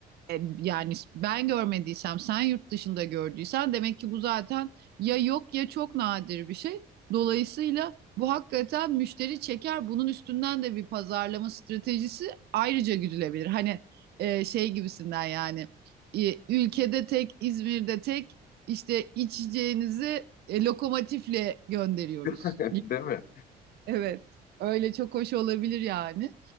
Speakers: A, on the right; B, on the left.
A: E, Yani ben görmediysem, sen yurt dışında gördüysen demek ki bu zaten ya yok ya çok nadir bir şey. Dolayısıyla bu hakikaten müşteri çeker. Bunun üstünden de bir pazarlama stratejisi ayrıca güdülebilir. Hani e, şey gibisinden yani e, ülkede tek, İzmir'de tek işte içeceğinizi e, lokomotifle gönderiyoruz.
B: <laughs> değil mi?
A: Evet, öyle çok hoş olabilir yani.